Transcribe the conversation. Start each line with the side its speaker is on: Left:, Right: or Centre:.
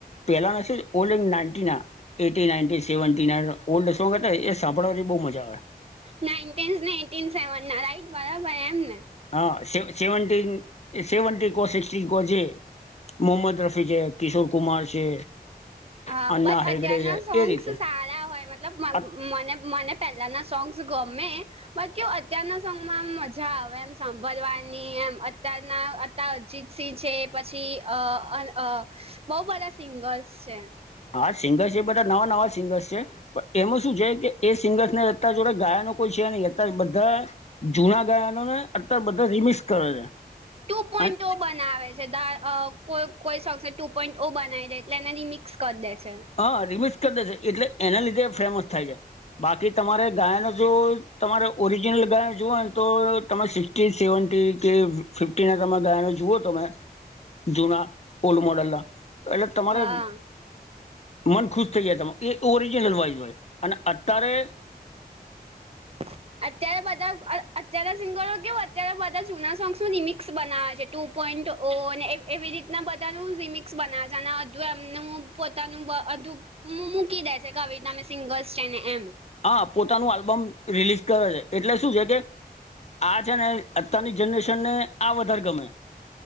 Left: પહેલાના છે ઓલ્ડ નાઇટિન ના. એટી નાઇનટી સેવન થી ઓલ્ડ સોંગ હતા એ સાંભળવાથી બહુ મજા આવે.
Right: ના સેવન ના રાઈટ બરાબર એમ ને.
Left: હા સ સેવન્ટન સેવન્ટી કો સિક્ટીન કો છે. મોહમદ રફી છે કિશોર કુમાર છે.
Right: હા
Left: અન્ના
Right: બટ
Left: હેગડે
Right: અત્યારના
Left: છે
Right: સોંગ્સ
Left: એ રીતે
Right: સારા હોય મતલબ
Left: આ
Right: મને મને. પહેલાના સોંગ્સ ગમે. બાકી અત્યારના સોંગમાંમ મજા આવે એમ સાંભળવાની એમ અત્યારના. અજીત સિંહ છે પછી અ બહુ બધા સિંગર્સ છે.
Left: હા સિંગર્સ છે એ બધા નવા નવા સિંગર્સ છે. પણ એમાં શું છે કે એ સિંગર્સ ને અ જોડે ગાયા ન કોઈ છે નહી અ બધા જૂના ગાયનો ને અત્યારે બધા રિમિસ કરે છે.
Right: ટુ પોઈન્ટ
Left: અને
Right: બંને ના આવે છે કો કોઈ શસે ટુ પોઈન્ટ ઓ બનાવી દે એટલે એનાથી મિક્સ કરી દે છે.
Left: હા રિમિકસ કરી દેશે એટલે એના લીધે ફેમસ થાય છે. બાકી તમારે ગાય ન જો તમારે ઓરિજિનલ ગાય જુઓ ને તો તમે શીખ સેવી કે ફિફ્ટી ના તમે ગયાનો જુઓ તમે જૂના ઓલ્ડ મોડેલ ના એટલે તમારે
Right: હા
Left: મન ખુશ થઈ જાય તમા એ ઓરિજિનલ વાઇઝ હોય અને અત્યારે
Right: <inaudible> અત્યારે બધા અત્યાર સિંગરો કેવ અત્યારે બધા જૂના સોંગસ નું રિમિક્સ બનાવે છે તું પોઈન્ટ ઓ એવી રીતના બધાનું રિમિક્સ બના છે અને અધું એમનું પોતાનુંધું હ મૂકી દેસે કવિ તમે સિંગલ્સ છે ને એમ
Left: હા પોતાનું આલ્બમ રિલીઝ કરે છે એટલે શું છે કે આ છે ને અત્યારની જનરેશનને આ વધારે ગમે